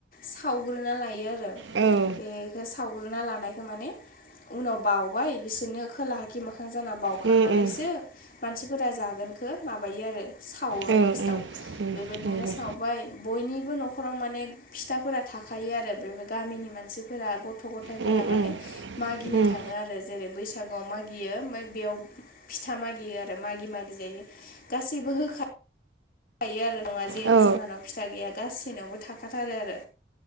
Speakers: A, on the left; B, on the right.
A: सावग्रोना लायो आरो।
B: उम
A: बेखौ सावग्रोना लानायखौ माने उनाव बावबाय बिसोरनो खोला खि मोखां जाना बाउखांनानैसो
B: उम उम
A: मानसिफोरा जागोनखौ माबायो आरो सावो
B: ओं
A: नेक्स्टआव
B: ओं
A: बेबायदिनो सावबाय बयनिबो न'खराव माने फिथाफोरा थाखायो आरो बे गामिनि मानसि फोर गथ' गथायाइफोरा
B: नंगौ
A: माने
B: ओम
A: मागिनो
B: ओम
A: थाङो आरो जेरै बैसागुआव मागियो ओमफ्राय बेयाव फिथा मागियो आरो मागि मागि जायो गासैबो होखाखायो आरो नङा जे
B: ओम औ
A: जोंहानाव फिथसा गैया गाससिनावबो थाखाथारो आरो